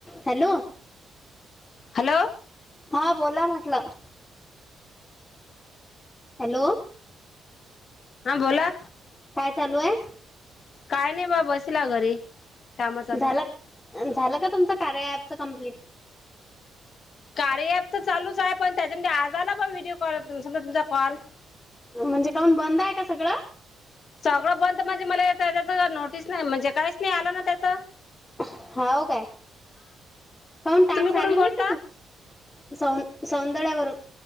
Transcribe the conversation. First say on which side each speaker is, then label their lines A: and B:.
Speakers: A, on the left; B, on the left.
A: Hello!
B: Hello!
A: हा बोला म्हटलं. हॅलो!
B: हा बोला.
A: काय चालू आहे.
B: काय नाही बा बसला घरी <inaudible> काम चालू
A: झालं झालं का तुमचं कार्याच ॲपच कंप्लीट.
B: कार्य ॲप तर चालू आहे पण त्यांच्यामध्ये आज ना पण व्हिडिओ कॉल समजा तुमचा कॉल
A: म्हणजे काऊन बंद आहे का सगळं.
B: सगळं बंद म्हणजे मला त्याच नोटीस नाही म्हणजे काहीच नाही आलं ना त्याचं.
A: हाव काय, काउन टास्क
B: तुम्ही कुठून
A: आले नाही
B: बोलता
A: तर तू सौंदडेवर.